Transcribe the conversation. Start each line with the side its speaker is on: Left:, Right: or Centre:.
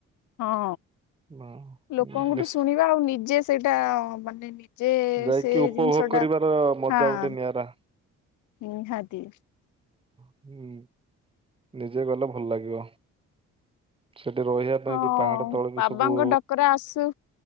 Left: ହଁ
Right: ହଁ
Left: ଲୋକଙ୍କଠୁ
Right: ନିଶ୍ଚ
Left: ଶୁଣିବା ଆଉ ନିଜେ ସେଇଟା ମାନେ ନି ଯେ
Right: ଯାଇକି
Left: ସେ
Right: ଉପଭୋଗ
Left: ଜିନିଷ
Right: କରିବାର
Left: ଟା
Right: ମଜା
Left: ହାଁ।
Right: ଗୋଟେ ନିଆରା।
Left: ନିହାତି।
Right: ହୁଁ ନିଜେ ଗଲେ ଭଲ ଲାଗିବ। ସେଠି ରହିବା ପାଇଁ
Left: ହଁ
Right: ବି ପାହାଡ ତଳେ ବି
Left: ବାବାଙ୍କ
Right: ସବୁ।
Left: ଡକରା ଆସୁ